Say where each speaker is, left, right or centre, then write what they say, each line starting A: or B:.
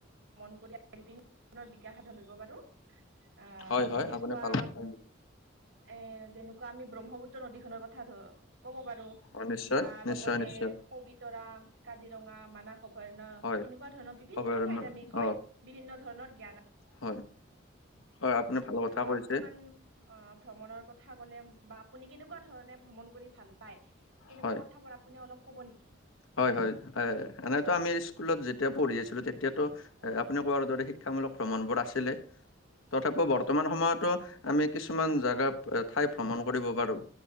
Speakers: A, on the right; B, on the left.
A: মন কৰি বিভিন্ন ধৰণৰ বিকাশ সাধন কৰিব পাৰোঁ। আ
B: হয় হয়
A: যেনেকুৱা
B: আপুনি ভাল কথা
A: এ যেনেকুৱা আমি ব্ৰহ্মপুত্ৰ নদীখনৰ কথা ধ কব পাৰো।
B: অ নিশ্চয়
A: বা লগতে
B: নিশ্চয় নিশ্চয়
A: পবিতৰা কাজিৰঙা মানাস অভ্যৰাণ্য
B: হয়
A: এনেকুৱা ধৰণৰ বিভিন্ন
B: অভয়াৰণ্যৰ
A: ঠাইত আমি গৈ
B: অ
A: বিভিন্ন ধৰণৰ জ্ঞান
B: হয় হয় আপুনি ভাল কথা
A: আৰু
B: কৈছে
A: আপমান অ ভ্ৰমণৰ কথা কলে বা আপুনি কেনেকুৱা ধৰণে ভ্ৰমণ কৰি ভাল পায় তেনেকুৱা
B: হয়
A: কথাবোৰ আপুনি অলপ কব নেকি
B: হয় হয় এনেইতো আমি স্কুলত যেতিয়া পঢ়ি আছিলোঁ তেতিয়া
A: হয়
B: আপুনি কোৱাৰ দৰে শিক্ষামূলক ভ্ৰমণবোৰ আছিলে
A: হয়
B: তথাপিও বৰ্তমান সময়ত ত আমি কিছুমান জেগা ঠাই ভ্ৰমণ কৰিব পাৰো।